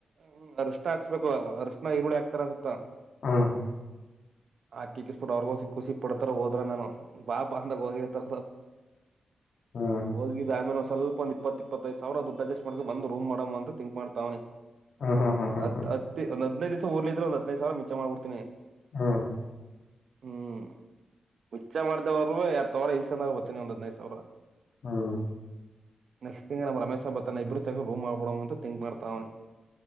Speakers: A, on the right (about 65°); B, on the left (about 70°).
A: ಹ್ಮ್ ಅರ್ಶ ಹಾಕ್ಸ್ಬೇಕು ಅರ್ಶ್ಣ ಈರುಳ್ಳಿ ಹಾಕ್ತಾರ ಅಸುತ್ತ
B: ಹಾ
A: ಆಾಕಿಕ್ಕಿಸಸ್ಬಿಟ್ಟ ಅವ್ರಿಗ ಹೊಸ ಖಸಿ ಪ ಬಿಡ್ತಾರ ಹೋದ್ರ ನಾನು ಬಾ ಬ ಅಂದಾಗ ಹೋಗಿತ
B: ಹ್ಮ್
A: ಹೋಗಿದ್ದು ಆಮೇಲೆ ಸ್ವಲ್ ಒಂದ ಇಪ್ಪತ್ತ ಇಪ್ಪತ್ತೈದು ಸಾವಿರ ದುಡ್ಡು ಅಜಸ್ಟ್ ಮಾಡ ಬಂದು ರೂ್ ಮಾಡ ಅಂತ ತಿಂಕ್ ಮಾಡತಾವಿ
B: ಹ್ಮ್ ಹ್ಮ್ ಹ್ಮ್
A: ಹ
B: ಹ್ಮ್
A: ಹತ್ತ ಒಂದ್ ಹದ್ನೈದು ದಿವ್ ಓರ್ಲಿಿದ್ರರು ಒಂದ್ ಹದಿನೈದು ಸಾವಿ ಮಂಚ ಮಾಡ್ಬಡ್ತನಿ
B: ಹಾ
A: ಹ್ಮ್ ಹಚ್ಚ ಮಾಡಿದವರು ಎರ ತಾವ್ರ ಇಸ್ಕೊಂಡಾಗ ಹತನ ಒಂದ್ ಹದ್ೈದು ಸಾವರ
B: ಹ್ಮ
A: ನೆಕ್ಸ್ಟ್ ತಿಂಗ್ ನಮ್ಮ ರಮೇಶಬ್ಬ ತನ್ನ ಇಬ್ರು ಸಕ ರೂಮ್ ಆಗ್ಬಡವ ಅಂತ ಥಂಕ್ ಮಾಡ್ತಾ ಅವನು